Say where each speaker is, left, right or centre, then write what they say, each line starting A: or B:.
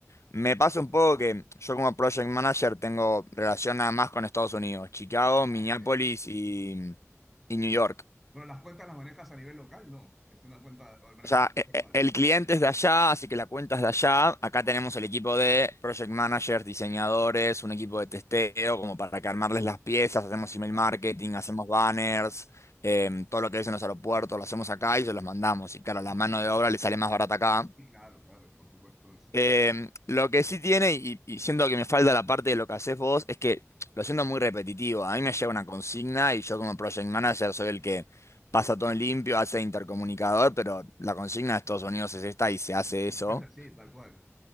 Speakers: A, on the left (about 60°); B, in the centre.
A: Me pasa un poco que yo como project manager tengo relación nada más con Estados Unidos, Chicago,
B: Ah,
A: Minneapolis
B: ok.
A: y, y New York.
B: Pero las cuentas las manejas a nivel local, no. Es una cuenta, o manejas
A: O sea,
B: la cuenta
A: e- e-
B: global.
A: el cliente es de allá, así que la cuenta es de allá. Acá
B: Ah,
A: tenemos
B: ok.
A: el equipo de project managers, diseñadores, un equipo de testeo, como para que armarles las piezas, hacemos email
B: Claro.
A: marketing, hacemos banners, em, todo lo que es en los aeropuertos, lo hacemos acá y se los mandamos. Y claro,
B: Ah,
A: la
B: buenísimo.
A: mano de obra le sale más barata acá.
B: Sí, claro, claro, por supuesto. Eso es
A: Em, lo que sí tiene, y, y siento que me falta la parte de lo que haces vos, es que lo siento muy repetitivo. A mí me llega una consigna y yo como project manager soy el que pasa todo en limpio, hace intercomunicador, pero la consigna de Estados Unidos es esta y se hace eso.
B: casi así, tal cual.